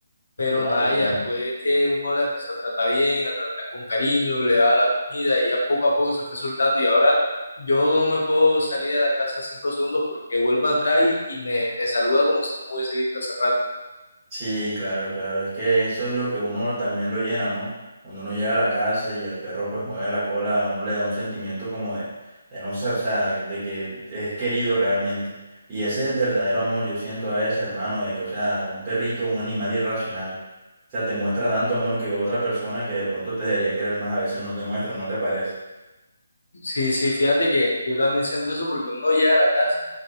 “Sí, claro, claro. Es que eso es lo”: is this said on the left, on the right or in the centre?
Right